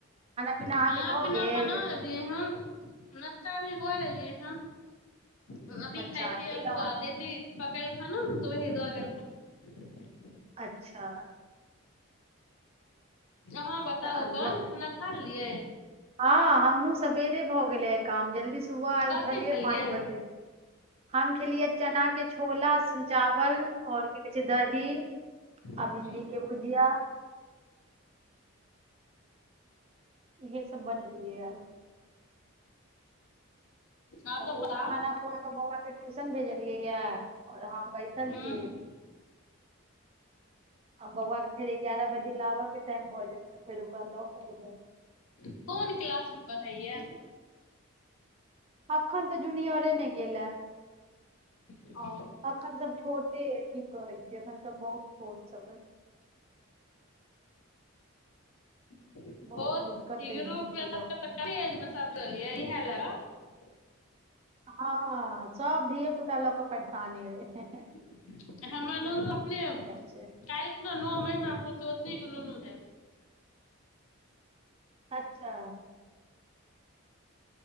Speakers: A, on the right; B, on the left.
A: पीना
B: खाना
A: अहाँके भऽ
B: पीना
A: गेल
B: बना लेलियै हन नाश्ता भी क लेलियै हँ हँ अभी
A: अच्छा
B: खाइत छी
A: खेलहुँ
B: अलहुआ
A: हेँ
B: आ देदी पकल खानो ने तब हिज गेलेल खान
A: अच्छा
B: अाँ बताउ
A: तऽ अल्हुआ
B: अपन खाना खा लेलियै
A: हँ हमहुँ सवेरे भऽ गेले आ काम जल्दी सुबह आइ उठ
B: कथी
A: लियए
B: खेलियै
A: पाँच बजे हम खेलियै चना केँ छोला चावल और की कहे छैक दही आ
B: हुं,
A: भिंडी केँ भुजिया इहे सब बनलिय आइ
B: आओर
A: बउआ
B: सब बताउ
A: केँ खाना खुआ कऽ बौआ केँ ट्यूशन भेजलियै य ओर बैसल
B: हूँ
A: छी आ बौआकेँ फेर एगारह बजे लाबयकेँ टाइम भऽ जेतय तऽ फेर ओकरा लऽ कऽब
B: कोन क्लासमे पढ़ैय
A: अखन तऽ जूनियरेमे गेल ए
B: ओ
A: अखन सब छोटे की कहैत छी एखन सब बहुत छोट सब अय
B: ओ
A: बहुत
B: रूपज
A: दिक्कत अइ दुनू
B: मस
A: के लऽ
B: इ
A: कऽ
B: ह <unintelligible>
A: हँ सब धीेए पुता लोकअ परेशान अय
B: हे न अपने
A: छै
B: कखना नओ महीना पत उतने <unintelligible> सुनोनो है
A: अच्छा